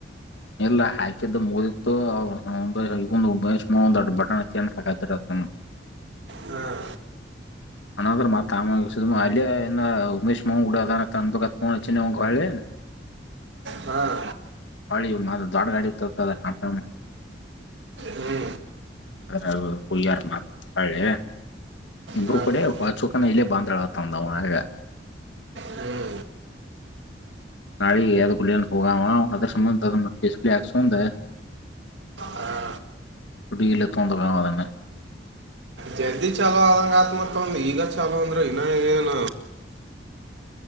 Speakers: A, on the left (about 80°); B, on the right (about 75°).
A: ಇಲ್ಲಾ ಹಾಕಿದ್ದ ಮುಗಿತ್ತು ಅವಂದ ಇವಂದು ಮಹೇಶಮಾವಂದ ಬಟ್. ಹಾ ತಿನ್ನ ಹಾಕೋರೋ ತಿನ್ನ
B: ಹಾಂ
A: ಅನ್ನಂದ್ರ ಮತ್ತ ಆಮ್ಯಾಗ ಅಲ್ಲಿಏನ ಉಮೇಶ್ ಮಾವನ ಕೋಟ ಅದಾನನಂತದು ಫೋನ್ ಹಚ್ಚಿದವಂಗ ಹೊಳ್ಳಿ.
B: ಹಾಂ
A: ಹೊಳ್ಳಿ ಇವರೀಗ ಮಾಲ್ ದೊಡ್ಡ ಗಾಡಿತೊಕದ ಕಟ್ಟನು.
B: ಹು
A: ರಾಘು ಹೋಗ್ಯಾರ ಮತ್ತ ಹೊಳ್ಳಿ. ಇಬ್ಬರು
B: ಹಾಂ
A: ಕೂಡೆ
B: ಹಾಂ
A: ವಾಚುಕನ ಇಲ್ಲೇ ಬಂದ್ರಾಳಂತಂದಾವ ಹೇಳ.
B: ಹ್ಞೂ
A: ನಾಳಿಗ ಯದ್ದ ಕೊಡ್ಲೆ ಹೋಗಾವ ಅದ್ರ ಸಂಬಂದ ಅದನ್ನ ಡಿಸ್ಪ್ಲೇ ಹಾಕ್ಸಂದು
B: ಹಾ
A: ತುಡಿಗೆಲೆ ತೊಗೊಂಡಾವ ಅದನ್ನ
B: ಜಲ್ದಿ ಚಲೋವ ಆದಂಗ ಆತ ಮತ್ತ ಅವಂದ ಈಗ ಚಲೋ ಅಂದ್ರ ಇನ್ನಏನ.